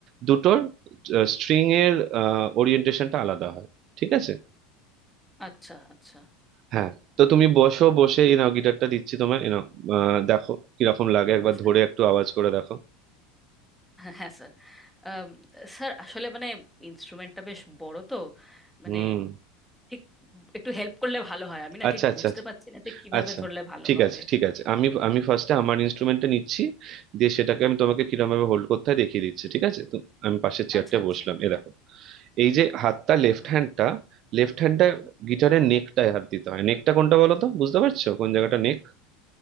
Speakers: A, on the right (about 35°); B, in the centre.
A: দুটোর স্ট্রিং এর ওরিয়েন্টেশনটা আলাদা হয় ঠিক আছে
B: আচ্ছা আচ্ছা
A: হ্যাঁ তো তুমি বসো বসে এই নাও গিটারটা দিচ্ছি তোমায় এই নাও আহ, দেখো কিরকম লাগে একবার
B: আচ্ছা
A: ধরে একটু আওয়াজ করে দেখো
B: হ্যাঁ স্যার আম, স্যার আসলে মানে ইনস্ট্রুমেন্টটা বেশ বড় তো মানে
A: হুম
B: ঠিক একটু হেল্প করলে ভালো হয় আমি না
A: আচ্ছা
B: ঠিক
A: আচ্ছা
B: বুঝতে
A: আচ্ছা
B: পারছি না যে কিভাবে
A: আচ্ছা
B: ধরলে ভালো
A: ঠিক
B: হবে
A: আছে ঠিক আছে আমি আমি ফার্স্টে আমার ইনস্ট্রুমেন্টটা নিচ্ছি দিয়ে সেটাকে আমি তোমাকে কিরকম ভাবে হোল্ড করতে হয় দেখিয়ে দিচ্ছি ঠিক আছে তো আমি পাশের চেয়ারটা
B: আচ্ছা আচ্ছা
A: বসলাম এ দেখো এই যে হাতটা লেফট
B: হুম
A: হ্যান্ডটা লেফট হ্যান্ডটা
B: হুম
A: গিটারের নেকটায় হাত দিতে হয় নেকটা কোনটা বলো তো বুঝতে পারছো কোন জায়গাটা নেক